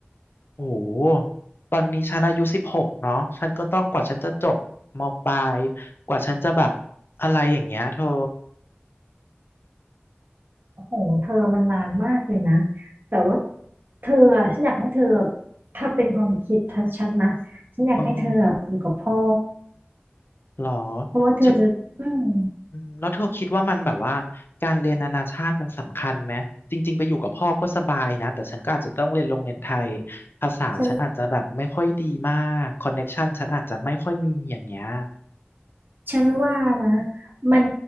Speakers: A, on the left; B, on the right.
A: โอ้โหตอนนี้ฉันอายุสิบหกเนาะฉันก็ต้องกว่าฉันจะจบมปลายกว่าฉันจะแบบอะไรอย่างเงี้ยเธอ
B: โอ้โหเธอมันนานมากเลยนะ แต่ว่าเธออะฉันอยากให้เธอถ้าเป็นความคิดทัฉันนะ ฉันอยากให้เธออะอยู่กับพ่อ
A: เออเหรอ
B: เพราะว่าเธอจะอืม
A: ฉันอืมแล้วเธอคิดว่ามันแบบว่าการเรียนนานาชาติมันสำคัญไหมจริงๆไปอยู่กับพ่อก็สบายนะ แต่ฉันก็อาจจะต้องเรียนโรงเรียนไทยภาษาฉันอาจจะแบบไม่ค่อยดีมากคอนเน็กชันฉันอาจจะไม่ค่อยมีอย่างเงี้ย
B: ฉันฉันว่านะ มัน